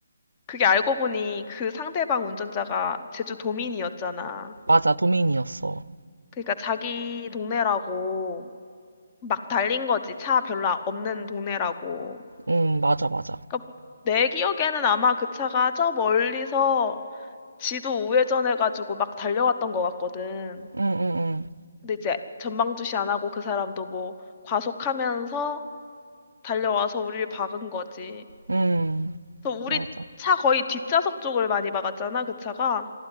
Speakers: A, on the left (about 25°); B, on the right (about 80°).
A: 그게 알고 보니 그 상대방 운전자가 제주 도민이었잖아.
B: 맞아 도민이었어.
A: 그러니까 자기 동네라고 막 달린 거지. 차 별로 없는 동네라고.
B: 응 맞아 맞아
A: 그러니까 내 기억에는 아마 그 차가 저 멀리서 지도 우회전해가지고 막 달려왔던 것 같거든.
B: 응응응 응
A: 근데 이제 전방주시 안 하고 그 사람도 뭐 과속하면서 달려와서 우리를 박은 거지.
B: 응, 응.
A: 그래서 우리
B: 맞아
A: 차 거의 뒷좌석 쪽을 많이 박았잖아, 그 차가.